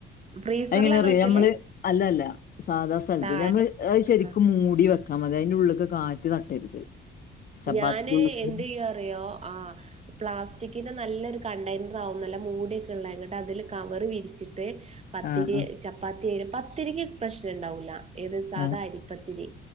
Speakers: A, on the right (about 30°); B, on the left (about 50°).
A: ഫ്രീസറിലാണ്
B: എങ്ങനെറിയ
A: വെക്കല്
B: നമ്മള് അല്ലല്ല സാധാ സ്ഥലത്ത്
A: താഴെ
B: ഞമ്മ ശരിക്കും
A: ആഹ്
B: മൂടി വെ ക്കാ മതി അയ്ന്റെ ഉള്ളിക് കാറ്റ് തട്ടരുത് ചപ്പാത്തിന്റെ
A: ഞാന്
B: ഉള്ള്ക്ക്
A: എന്ത്യ്യ അറിയോ ആഹ പ്ലാസ്റ്റിക്കിന്റെ നല്ലൊരു കണ്ടെയ്നറാ ഉം നല്ല മൂടിയൊക്കെള്ള ങ്ങട്ട് അതില് കവറ് വിരിച്ചിട്ട് പത്തിരി
B: ആഹ് ആഹ്
A: ചപ്പാത്തിയ പത്തിരിക്ക് പ്രശ്നണ്ടാവൂല ഏത് സാധ
B: ആഹ്
A: അരിപ്പത്തിരി